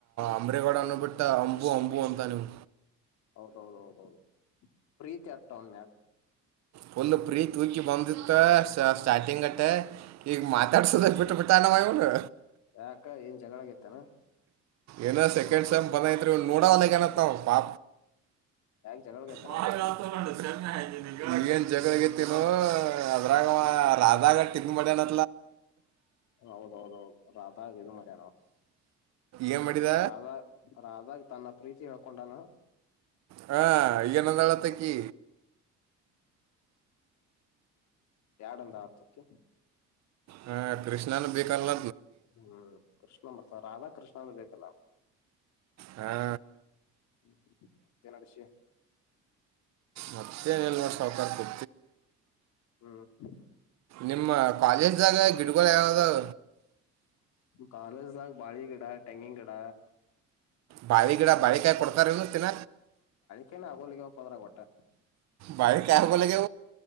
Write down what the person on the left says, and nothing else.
ಹೌದೌ ಹೌದೌ ಪ್ರೀತಿ ಆಗ್ತವನ್ ಮ್ಯಾಲ
ಹ್ಮ್
ಯಾಕ ಏನ್ ಜಗಳಗೈತಾನ
ಯಾಗ್ ಜನೊಳಗತಿ
ಹ್ಮ್
ಹೌದೌದೌದು ರಾಧಾಗ ಇದು ಮಾಡ್ಯಾರ
ರಾಧ ರಾಧಾಗ ತನ್ನ ಪ್ರೀತಿ ಹೇಳ್ಕೊಂಡಾನ
ಎಡ ಒಂದು ಆತ್ತಕ್ಕೆ
ಹ್ಮ್ ಕೃಷ್ಣ ಮತ್ರ ರಾಧಾಕೃಷ್ಣ ಸ
ಹ್ಮ ಮತ್ತೇನ ಅಡಶಯ
ಹ್ಮ್
ಕಾಲಜದಾಗ ಬಾಳಿ ಕಡ ಟೆಂಗಿಂಗ ಕಡ
ಕ ಹೊಲಿಗೆ ಪರ್ರ ಗಟ್ಟೆ